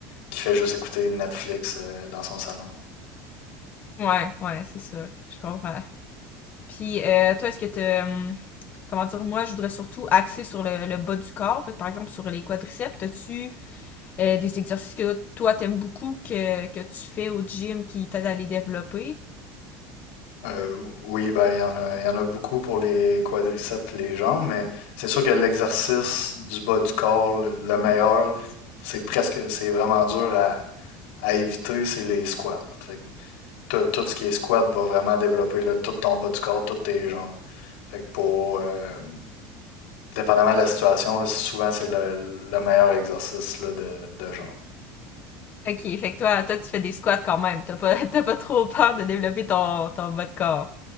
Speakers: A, on the left; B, on the left.
A: qui fait juste écouter Netflix euh, dans son salon.
B: Ouais, ouais, c'est ça, je comprends. Puis euh, toi, est-ce que t'as, hum, comment dire, moi, je voudrais surtout axer sur le, le bas du corps, fait que par exemple sur les quadriceps, t'as-tu euh, des exercices que toi t'aimes beaucoup que, que tu fais au gym qui t'aident à les développer?
A: Euh, oui, ben, il y en a, il y en a beaucoup pour les quadriceps, les jambes, mais c'est sûr que l'exercice du bas du corps, le, le meilleur, c'est presque, c'est vraiment dur à, à éviter, c'est les squats. Fait que tout, tout ce qui est squat va vraiment développer là, tout ton bas du corps, toutes tes jambes. Fait que pour, euh, dépendamment de la situation, là, c'est- souvent c'est le, le meilleur exercice là, de, de jambes.
B: Ok, fait que toi, toi tu fais des squats quand même, t'as pas, <laughs> t'as pas trop peur de développer ton, ton bas de corps.